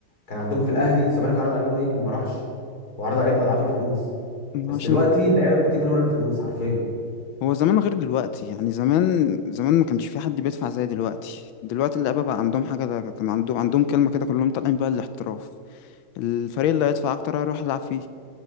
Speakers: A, on the left; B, on the left.
A: كان عندكم في الاهلي الزمالك عرض عليه انه يجي وما راحش وعرض عليه باضعاف الفلوس بس
B: عشان
A: دلوقتي اللعيبه بتجري ورا الفلوس حرفيا
B: هو زمان غير دلوقتي يعني زمان زمان ما كانش في حد بيدفع زي دلوقتي دلوقتي اللعيبه بقى عندهم حاجه ده كان عندهم عندهم كلمه كده كلهم طالعين بقى الاحتراف الفريق اللي هيدفع اكتر هيروح يلعب فيه